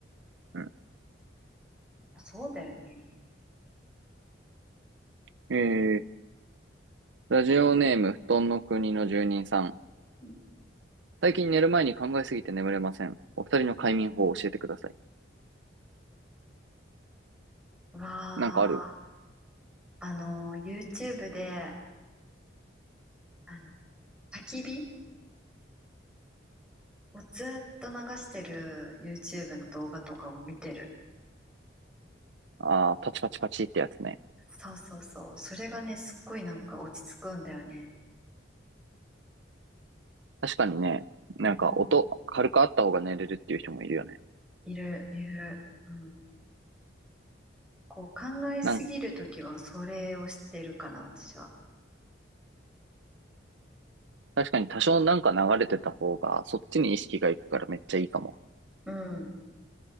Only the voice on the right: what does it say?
う
ん。えー、ラジオネーム、布団の国の住人さん。
最近寝る前に考えすぎて眠れません。お二人の快眠法を教えてください。
なんかある
ああー、パチパチパチってやつね。
確かにね、なんか音、
軽くあった方が寝れるっていう人もいるよね。
なん、
確かに多少なんか流れてた方が、そっちに意識がいくからめっちゃいいかも。